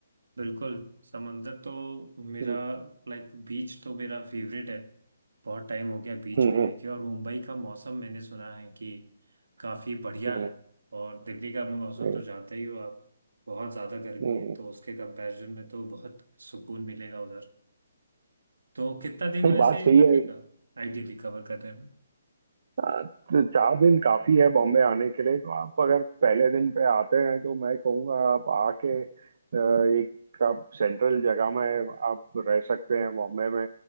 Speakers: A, on the right; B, on the right.
A: बिल्कुल समंदर तो मेरा
B: हम्म
A: लाइक बीच तो मेरा फेवरेट है बहुत टाइम हो गया बीच
B: हम्म
A: भी देखे और मुंबई का मौसम मैंने सुना है कि काफ़ी बढ़िया
B: हम्म
A: है और दिल्ली का मौसम
B: हम्म,
A: तो जानते ही हो आप बहुत ज़्यादा गर्मी
B: हम्म,
A: है
B: हम्म।
A: तो उसके कंपैरिजन में तो बहुत सुकून मिलेगा उधर तो कितना दिन
B: नहीं,
A: वैसे
B: बात सही
A: लगेगा
B: है
A: आइडियली कवर करने में
B: हाँ, तो चार दिन काफी है बॉम्बे आने के लिए तो आप अगर पहले दिन पे आते हैं तो मैं कहूँगा आप आके अ, एक आप सेंट्रल जगह में आप रह सकते हैं बॉम्बे में